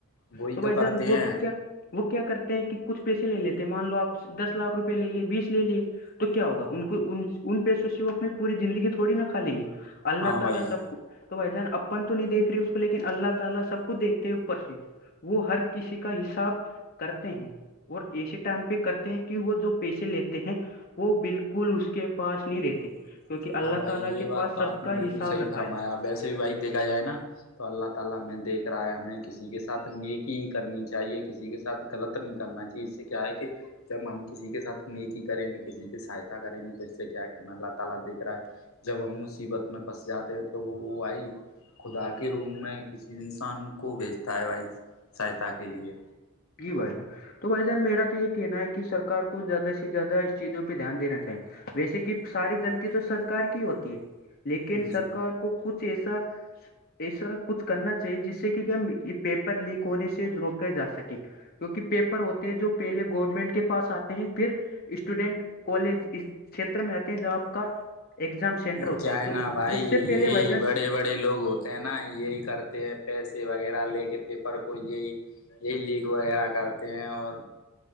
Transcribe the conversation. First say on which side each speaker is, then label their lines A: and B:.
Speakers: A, on the left; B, on the left.
A: وہی
B: تو بھائی جان
A: کرتے
B: وہ
A: ہیں
B: تو کیا وہ کیا کرتے ہیں کہ کچھ پیسے لے لیتے ہیں مان لو آپ دس لاکھ روپئے لے لیے بیس لے لیے ٹو کیا ہوا یوں پیسوں سے پوری زندگی نہ کہا لینگے اللہ
A: ہاں بھائی
B: بھائی جان اپن تو نہیں دیکھ رہی اس کو لیکن اللہ تعالی سب کو دیکھتے ہو اوپر سے وہ ہر کسی کا حساب کرتے ہیں وہ اسی ٹائم پہ کرتے ہیں کہ وہ جو پیسے لیتے ہیں وہ بالکل اس کے پاس نہیں رہتے کیونکہ اللہ
A: ہاں بھائی
B: تعالی
A: یہ
B: کے
A: بات
B: پاس
A: تو
B: سب
A: آپ
B: کا
A: نے بالکل
B: حساب
A: صحیح
B: رکھا
A: فرمایا
B: ہے
A: ویسے بھی بھائی دیکھا جائے نا تو اللہ تعالی ہمیں دیکھ رہا ہے ہمیں کسی کے ساتھ ایک ہی کرنی چاہیے کسی کے ساتھ کلب نہیں کرنا چاہیے اس سے کیا ہے کہ جب ہم کسی کے ساتھ نیکی کریں گے کسی کے ساجدہ کریں گے پھر سے کیا کرنا اللہ تعالی پھر جب ہم مصیبت میں پھنس جاتے ہیں تو وہ وہ آئی خدا کے روم میں کسی انسان کو بھیجتا ہے بھائی سہایتا کے لیے
B: جی بھائی جان تو بھائی جان میرا تو یہ کہنا ہے کہ سرار کو زیادہ سے زیادہ اس چیزوں پہ دھیان دینا چاہیے ویسے کہ ساری غلط تو سرکار کی ہوتی ہے لیکن سرکار
A: جی
B: کو کچھ ایسا ایسا کچھ کرنا چاہیے جس سے کہ ہم یہ پیپر لیک ہونے سے روکے جا سکے کیونکہ پیپر ہوتے ہیں جو پہلے گورنمنٹ کے پاس آتے ہیں پھر اسٹوڈنٹ کالج اس چھیتر میں آتے ہیں جہاں آپ کا ایگزام سینٹر
A: وہ
B: ہوتا
A: کیا ہے
B: تو
A: نا بھائی
B: اس سے پہلے
A: یہی
B: بائی چانس
A: بڑے بڑے لوگ ہوتے ن ہی یہی کرتے ہیں پیسے وغیرہ لے کے پیپر کو یہی یہی لیک وغیرہ کرتے ہیں اور